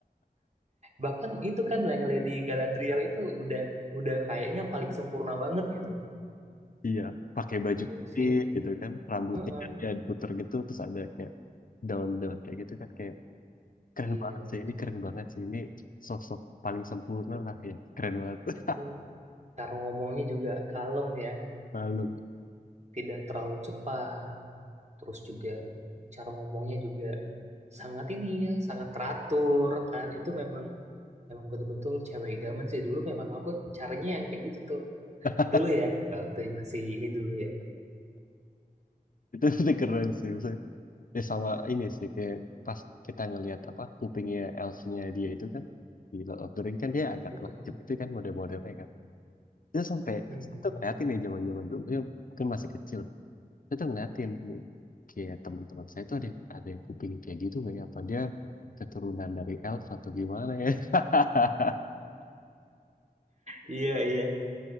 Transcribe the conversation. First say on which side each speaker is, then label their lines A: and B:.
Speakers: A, on the right (about 45°); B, on the left (about 60°).
A: bahkan itu kan yang Lady Galadriel itu udah udah kayaknya paling sempurna banget gitu.
B: Iya, pakai baju
A: Jadi
B: putih
A: sih,
B: gitu kan, rambutnya
A: heeh,
B: dia puter gitu terus ada kayak daun daun kayak gitu kan kayak keren
A: iya
B: banget sih ini keren banget sih ini sosok paling sempurna lah ya. Keren banget.
A: betul. Cara ngomongnya juga kalem ya,
B: <laughs> Malam.
A: tidak terlalu cepat. Terus juga cara ngomongnya juga sangat ini ya, sangat teratur kan. Itu memang memang betul-betul cewek idaman sih. Dulu memang aku caranya yang kayak gitu tuh.
B: <laughs>
A: Dulu ya, waktu masih ini dulu ya.
B: Itu, itu keren sih. Ya sama ini sih kayak pas kita ngelihat apa kupingnya elfnya dia itu kan di Lord of the Ring kan dia agak
A: Betul.
B: lancip itu kan model-modelnya kan. Terus sampai
A: Mhm.
B: saya tuh ngeliatin nih zaman-zaman dulu ya, mungkin masih kecil. Saya tuh ngeliatin nih kayak teman-teman saya tuh ada yang, ada yang kuping kayak gitu nggak ya? Apa dia keturunan dari elf atau gimana ya? <laughs>
A: Iya, iya.